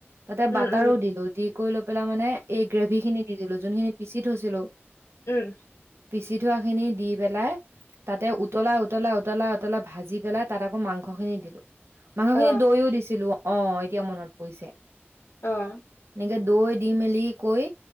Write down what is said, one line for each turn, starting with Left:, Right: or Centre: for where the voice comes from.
Right: এতিয়া
Left: উম
Right: বঁটাৰৰো
Left: উম
Right: দিলো দি <unintelligible> কৰি লৈ পেলাই মানে এই গ্ৰেভি খিনি দি দিলো। যোনখিনি পিচিত উ থৈছিলো
Left: উম
Right: পিচি থোৱাখিনি দি পেলাই তাতে উতলাই উতলাই উতলা উতলা ভাজি পেলাই তাত আকৌ মাংসখিনি দিলোঁ। মাংসখিনিত
Left: অ
Right: দৈও দিছিলো অ এতিয়া মনত পৰিছে
Left: আহ
Right: এতিয়া দৈ দি মেলি কৈ